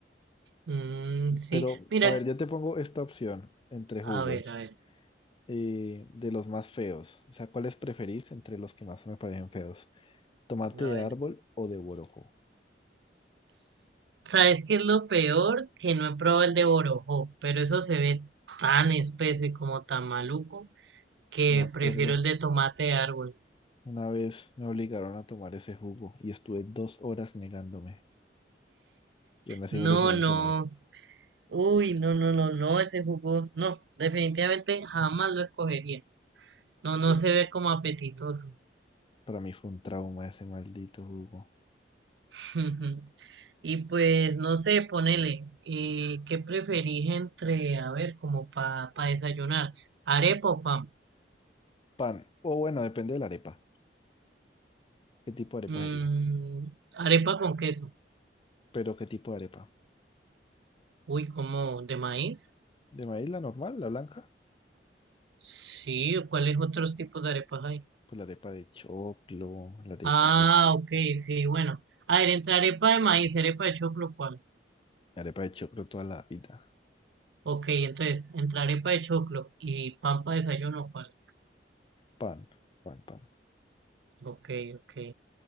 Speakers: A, on the right; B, on the left.
A: Mm, sí,
B: Pero,
A: mira,
B: a ver, yo te pongo esta opción entre jugos,
A: a ver, a ver,
B: eh, de los más feos. O sea, ¿cuáles preferís entre los que más me parecen feos? ¿Tomate
A: a
B: de
A: ver.
B: árbol o de borojó?
A: ¿Sabes qué es lo peor? Que no he probado el de Borojó, pero eso se ve tan espeso y como tan maluco que
B: Yo me acuerdo,
A: prefiero el de tomate de árbol.
B: una vez me obligaron a tomar ese jugo y estuve dos horas negándome. Y aún así
A: No,
B: me lo hicieron
A: no,
B: tomar.
A: uy, no, no, no, no, ese jugo, no, definitivamente jamás lo escogería. No,
B: Uy,
A: no se ve como apetitoso.
B: para mí fue un trauma ese maldito jugo.
A: <laughs> Y pues, no sé, ponele, eh, ¿qué preferís entre, a ver, como para desayunar? ¿Arepa o pan?
B: Pan, o bueno, depende de la arepa. ¿Qué tipo de arepa
A: Mm,
B: sería?
A: arepa con queso.
B: ¿Pero qué tipo de arepa?
A: Uy, como ¿De maíz?
B: ¿De maíz la normal, la blanca?
A: Sí, ¿o ¿cuáles otros tipos de arepas hay?
B: Pues la arepa de choclo, la arepa
A: Ah,
B: de...
A: ok, sí, bueno. A ver, entre arepa de maíz, arepa de choclo, ¿cuál?
B: La arepa de choclo toda la vida.
A: Ok, entonces, entre arepa de choclo y pan para desayuno, ¿cuál?
B: Pan, pan, pan.
A: Ok, ok.